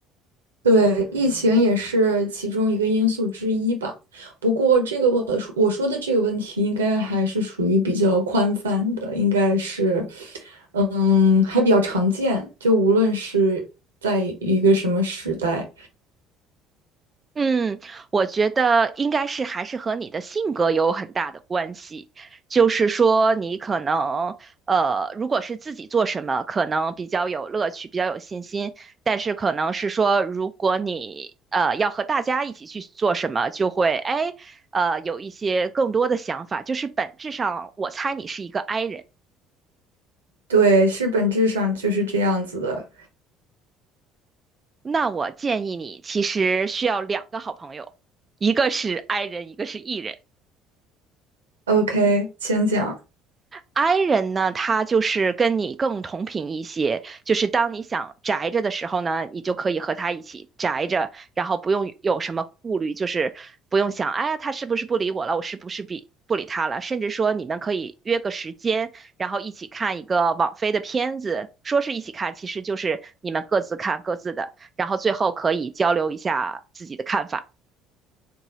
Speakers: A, on the right (about 75°); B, on the right (about 25°).
A: 对，疫情也是其中一个因素之一吧。不过，这个我说我说的这个问题，应该还是属于比较宽泛的，应该是，嗯，还比较常见。就无论是在一个什么时代，
B: 嗯，我觉得应该是还是和你的性格有很大的关系。就是说，你可能呃，如果是自己做什么，可能比较有乐趣，比较有信心；但是可能是说，如果你呃要和大家一起去做什么，就会哎呃有一些更多的想法。就是本质上，我猜你是一个 I 人。
A: 对，是本质上就是这样子的。
B: 那我建议你其实需要两个好朋友，一个是 I 人，一个是 E 人。
A: OK，请讲。
B: I 人呢，他就是跟你更同频一些，就是当你想宅着的时候呢，你就可以和他一起宅着，然后不用有什么顾虑，就是不用想，哎呀，他是不是不理我了，我是不是比不理他了，甚至说你们可以约个时间，然后一起看一个网飞的片子，说是一起看，其实就是你们各自看各自的，然后最后可以交流一下自己的看法。